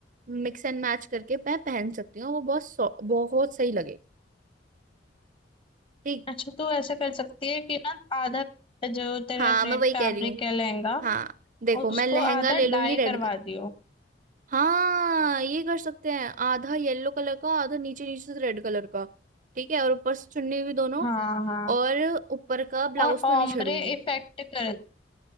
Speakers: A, on the right (about 45°); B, on the left (about 30°).
A: मिक्स एंड मैच करके मैं पहन सकती हूँ वो बहुत सौ- बहुत सही लगे ठीक
B: अच्छा तू ऐसा कर सकती है कि ना आधा जो तेरा
A: हाँ
B: रेड
A: मैं वही
B: फैब्रिक
A: कह रही हूँ
B: है लहंगा
A: हाँ देखो
B: उसको
A: मैं लहंगा
B: आधा
A: ले लूंगी
B: डाई
A: रेड
B: करवा
A: कलर
B: दियो
A: हाँ ये कर सकते हैं आधा येलो कलर का आधा नीचे नीचे से रेड कलर का ठीक है और ऊपर से चुन्नी भी दोनों
B: हाँ हाँ
A: और ऊपर का ब्लाउज
B: और
A: तो
B: ओम्ब्रे
A: नहीं छेड़ूंगी
B: इफेक्ट कर